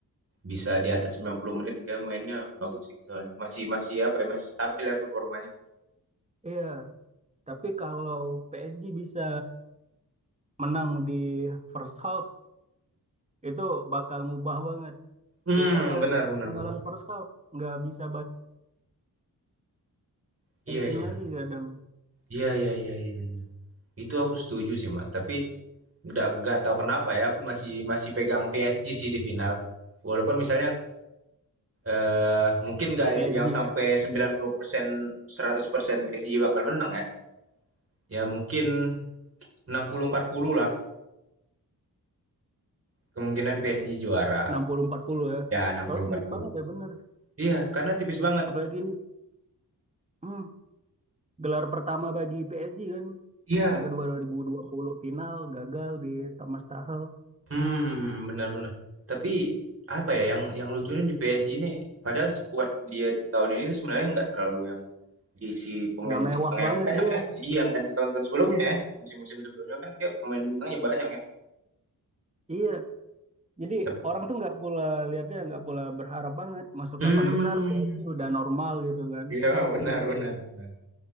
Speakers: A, on the right (about 40°); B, on the right (about 20°).
A: bisa di atas 90 menit dia mainnya bagus sih soalnya. Masih masih apa ya? Masih stabil ya performanya.
B: Iya, tapi kalau PSG bisa menang di first half itu bakal ngubah banget.
A: Hmm,
B: Inter kalau
A: benar
B: ketinggalan
A: benar benar.
B: first half nggak bisa
A: Iya
B: balikin
A: iya.
B: lagi kadang
A: Iya iya iya iya. Itu aku setuju sih Mas, tapi nggak nggak tahu kenapa ya aku masih masih pegang PSG sih di final. Walaupun misalnya eh mungkin nggak
B: PSG
A: yang sampai
B: ya
A: 90% 100% PSG bakal menang ya. Ya mungkin 60-40 lah kemungkinan PSG juara.
B: 60-40 ya.
A: Ya 60-40.
B: Kalau sengit banget ya bener.
A: Iya, karena tipis banget.
B: Apalagi ini hmm, Gelar pertama bagi PSG kan.
A: Iya.
B: Mereka dua dua ribu dua puluh final gagal di Thomas Tuchel.
A: Hmm, benar-benar. Tapi apa ya yang yang lucunya di PSG ini padahal skuad dia di tahun ini tuh sebenarnya nggak terlalu yang diisi pemain
B: Nggak mewah
A: bintang yang
B: banget,
A: banyak
B: iya.
A: ya. Iya, nggak di tahun-tahun sebelumnya ya. Di musim-musim sebelumnya kan dia pemain bintangnya banyak ya.
B: Iya. Jadi
A: Tep-
B: orang tuh nggak pula lihatnya nggak pula berharap banget masuk
A: Hmm.
B: delapan besar PSG udah normal gitu kan.
A: Iya, benar benar benar.